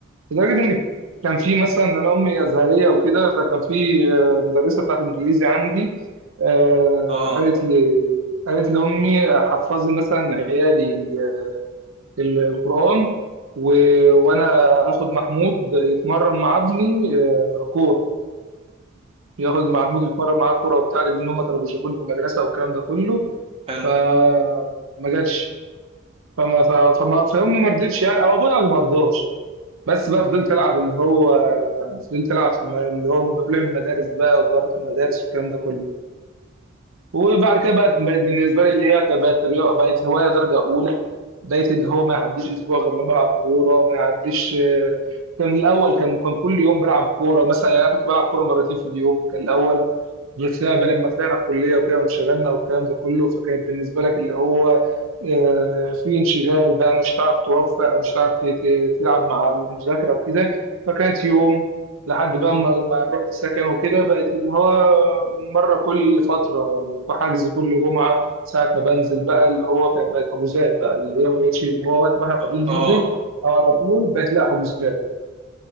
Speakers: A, on the right; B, on the right.
A: لدرجة إن كان في مثلا أنا أمي أزهرية وكده فكان في آه، مدرسة بتاعت إنجليزي عندي آه،
B: اه
A: قالت لي قالت لأمي حفظي مثلا عيالي آه، القرآن و... وأنا هاخد محمود يتمرن مع ابني آه، كورة ياخد محمود يتمرن معاه كوره وبتاع لان هم كانوا بيشوفوني في المدرسه والكلام ده كله
B: حلو
A: فما جاتش فما فما فما- فامي ما رضتش يعني او ابويا اللي ما رضاش بس بقى فضلت العب اللي هو فضلت العب في الم- اللي هو لعب المدارس بقى ودورات المدارس والكلام ده كله وبعد كده بقت بقت بالنسبه لي اللي هي كانت بقت رياضه بقت هوايه درجه اولى بقيت اللي هو ما يعديش اسبوع غير لما العب كوره ما يعديش آه، كان الاول كان كان كل يوم بلعب كوره مثلا يعني انا كنت بلعب كوره مرتين في اليوم كان الاول بس لا بقى لما طلعنا الكليه وكده وانشغلنا والكلام ده كله فكانت بالنسبه لك اللي هو آه، في انشغال بقى مش هتعرف توفق ومش هتعرف ت- ت- تلعب مع المذاكره وكده فكانت يوم لحد بقى ما ما رحت سكن وكده بقت اللي هو مره كل فتره حجز كل جمعه ساعه ما بنزل بقى اللي هو كانت بقت حجوزات بقى اللي هي ما بقتش اللي هو وقت ما احنا فاضيين
B: اه آه،
A: ننزل او على طول بقت لا حجوزات